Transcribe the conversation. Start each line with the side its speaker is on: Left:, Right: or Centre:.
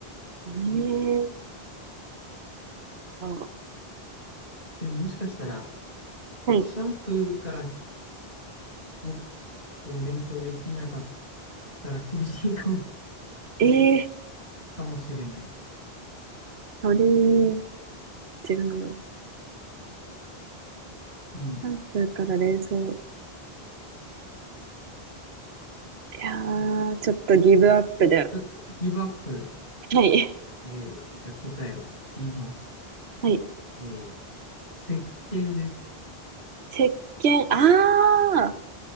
Right: えーと、
Left: でももしかしたら、
Right: はい。
Left: シャンプーからひも、こう連想できなかったら厳しいかも、
Right: えー、
Left: <laughs> かもしれない。
Right: 鳥に違うの。シ
Left: うん。
Right: ャンプーから連想。いやー、ちょっとギブアップで。
Left: ちょっとギブアップ。
Right: はい。
Left: えーじゃあ答えを言います。
Right: はい。
Left: えー、石鹸です。
Right: 石鹸。あー